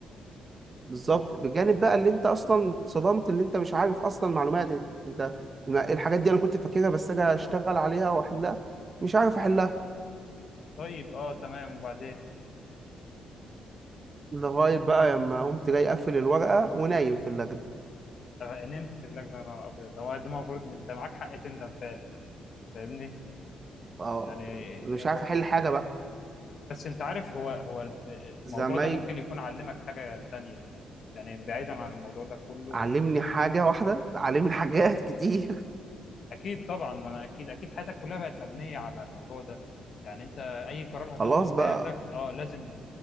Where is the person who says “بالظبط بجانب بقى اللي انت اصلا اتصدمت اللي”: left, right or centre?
Right